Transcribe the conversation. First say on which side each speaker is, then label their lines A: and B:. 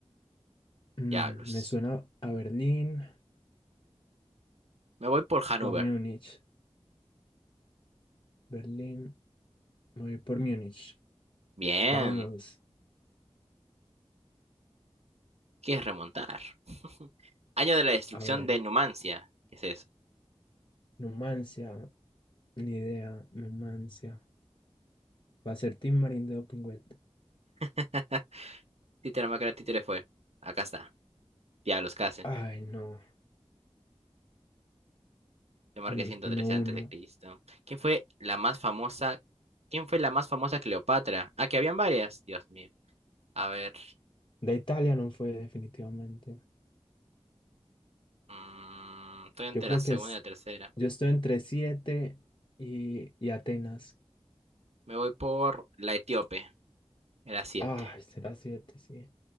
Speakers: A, on the left (about 50°); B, on the right (about 75°).
A: Mm,
B: Diablos.
A: me suena a Berlín
B: Me voy por Hannover.
A: o a Múnich. Berlín, me voy por Múnich.
B: Bien.
A: Vamos,
B: ¿Quieres remontar? <laughs> Año de la destrucción
A: a ver.
B: de Numancia. ¿Qué es eso?
A: Numancia. Ni idea, Numancia. Va a ser Team Marín de Open Wet.
B: <laughs> Títere Macra, títere fue. Acá está. Diablos, casi.
A: Ay, no.
B: Yo marqué
A: Vamos,
B: 113
A: uno
B: antes
A: uno
B: de Cristo. ¿Quién fue la más famosa? ¿Quién fue la más famosa Cleopatra? Ah, que habían varias. Dios mío. A ver.
A: De Italia no fue definitivamente.
B: mm, estoy entre
A: Yo creo
B: la segunda
A: que es...
B: y la tercera.
A: Yo estoy entre 7 y, y Atenas.
B: Me voy por la etíope, era siete.
A: Ay, será 7 sí.